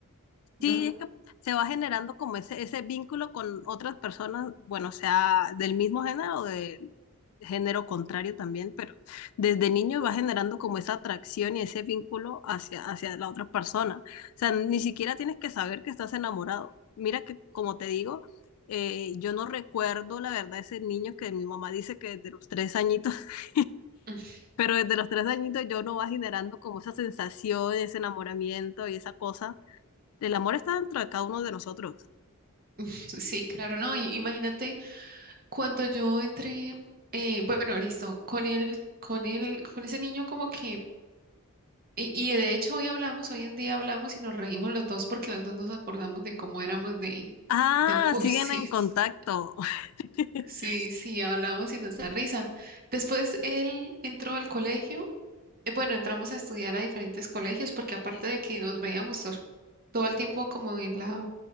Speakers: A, on the right; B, on the left.
A: ¿no?
B: Sí, es que se va generando como ese, ese vínculo con otras personas, bueno, sea del mismo género o del género contrario también, pero desde niño va generando como esa atracción y ese vínculo hacia, hacia la otra persona. O sea, ni siquiera tienes que saber que estás enamorado. Mira que, como te digo, eh, yo no recuerdo la verdad ese niño que mi mamá dice que desde los tres añitos <laughs>
A: Mm,
B: Pero desde los tres añitos yo no va generando como esa sensación, ese enamoramiento y esa cosa. El amor está dentro de cada uno de nosotros.
A: Sí, claro, ¿no? Y imagínate. Cuando yo entré, eh, bueno, listo, con él, con él, con ese niño como que, y, y de hecho hoy hablamos, hoy en día hablamos y nos reímos los dos porque los dos nos acordamos de cómo éramos de,
B: Ah,
A: de cursis.
B: siguen en contacto.
A: <laughs>
B: <laughs>
A: Sí, sí, hablamos y nos da risa. Después él entró al colegio, eh, bueno, entramos a estudiar a diferentes colegios porque aparte
B: Sí,
A: de que nos veíamos to- todo el tiempo como en la,